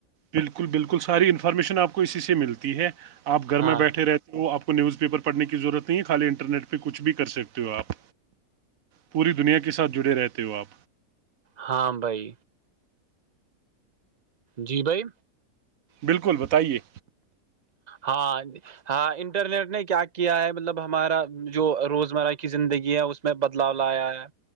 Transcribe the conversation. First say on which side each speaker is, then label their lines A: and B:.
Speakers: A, on the right; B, on the right.
A: بالکل بالکل ساری انفارمیشن آپ کو اسی سے ملتی ہے آپ گھر
B: ہاں
A: میں بیٹھے رہتے وہ آپ کو نیوز پیپر پڑھنے کی ضرورت نہیں ہے خالی انٹرنیٹ پہ کچھ بھی کر سکتے ہو آپ پوری دنیا کے ساتھ جڑے رہتے ہو آپ
B: ہاں بھائی جی بھائی
A: بالکل بتائیے
B: ہاں ہاں انٹرنیٹ نے کیا کیا ہے مطلب ہمارا جو روزمرہ کی زندگی ہے اس میں بدلاؤ لایا ہے